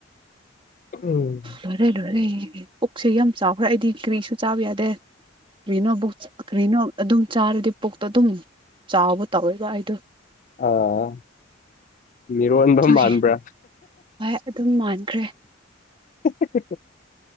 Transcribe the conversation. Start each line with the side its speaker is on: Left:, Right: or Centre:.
Left: ꯎꯝ
Right: ꯂꯣꯏꯔꯦ ꯂꯣꯏꯔꯦ ꯄꯨꯛꯁꯦ ꯌꯥꯝ ꯆꯥꯎꯈ꯭ꯔꯦ ꯑꯩꯗꯤ ꯀꯔꯤꯁꯨ ꯆꯥꯕ ꯌꯥꯗꯦ ꯀꯔꯤꯅꯣ ꯕꯨꯛ ꯀꯔꯤꯅꯣ ꯑꯗꯨꯝ ꯆꯥꯔꯗꯤ ꯄꯨꯛꯇꯣ ꯑꯗꯨꯝ ꯆꯥꯎꯕ ꯇꯧꯋꯦꯕ ꯑꯩꯗꯣ
Left: ꯑꯥ ꯃꯤꯔꯣꯟꯕ
Right: ꯑꯗꯨꯒꯤ
Left: ꯃꯥꯟꯕ꯭ꯔꯥ
Right: ꯍꯣꯏ ꯑꯗꯨꯝ ꯃꯥꯟꯈ꯭ꯔꯦ
Left: <unintelligible>